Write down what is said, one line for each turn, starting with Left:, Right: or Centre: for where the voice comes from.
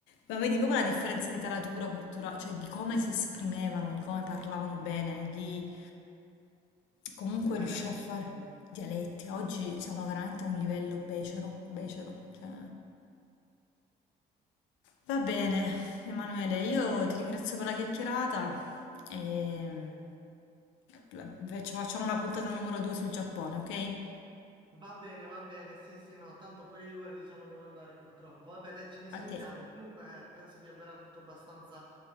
Left: Ma vedi proprio la differenza di taratura, cultura, cioè di come si esprimevano, di come parlavano bene, di comunque
Right: la dialettica,
Left: riuscire a fare
Right: sì.
Left: dialetti. Oggi siamo veramente a un livello becero, becero. cioè. Va bene, Emanuele, io ti ringrazio per la chiacchierata e la- faccio- facciamo una puntata numero 2 sul Giappone, ok?
Right: Va bene, va bene, sì, sì, no, tanto pure io ora diciamo devo andare purtroppo. Vabbè, dai, ci risentiamo.
Left: Ok,
Right: Comunque penso di aver avuto abbastanza,